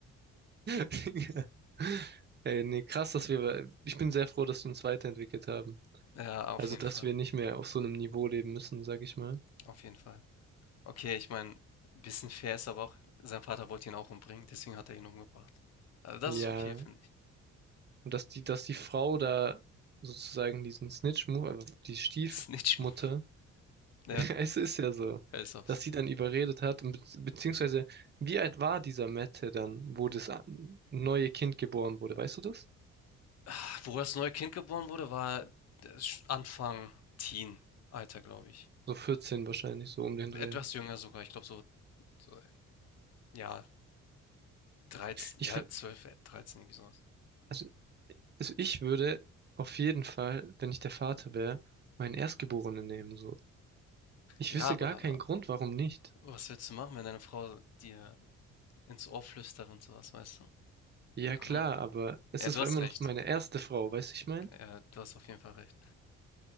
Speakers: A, on the right; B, on the left.
A: <laughs> Ey, nee, krass, dass wir, ich bin sehr froh, dass wir uns weiterentwickelt haben.
B: Ja, auf
A: Also,
B: jeden
A: dass
B: Fall,
A: wir nicht mehr auf so einem Niveau leben müssen, sag ich mal.
B: auf jeden Fall. Okay, ich meine, bisschen fair ist aber auch, sein Vater wollte ihn auch umbringen, deswegen hat er ihn umgebracht. Also, das
A: Ja,
B: ist okay, finde ich.
A: und dass die, dass die Frau da sozusagen diesen Snitch-Move, also die Stiefmutter,
B: <laughs> Das Ist nicht schlimm. Ja,
A: <laughs> es ist ja so,
B: er ist auch
A: dass
B: so.
A: sie dann überredet hat, und bezieh- beziehungsweise, wie alt war dieser Mette dann, wo das a- neue Kind geboren wurde, weißt du das?
B: Ah, Wo das neue Kind geboren wurde, war das sch Anfang Teen-Alter, glaube ich.
A: So 14 wahrscheinlich, so um den Dreh.
B: Etwas jünger sogar, ich glaube so so, ja, dreizehn
A: Ich,
B: ja,
A: f-
B: zwölf äh, dreizehn irgendwie sowas
A: also Also ich würde auf jeden Fall, wenn ich der Vater wäre, meinen Erstgeborenen nehmen, so. Ich
B: Ja,
A: wüsste
B: aber
A: gar keinen Grund, warum nicht.
B: was willst du machen, wenn deine Frau dir ins Ohr flüstert und sowas weißt du?
A: Ja
B: Keine
A: klar,
B: Ahnung.
A: aber es
B: Ja,
A: ist
B: du hast
A: immer noch
B: recht.
A: meine erste Frau, weißt du, ich mein?
B: Ja, du hast auf jeden Fall recht.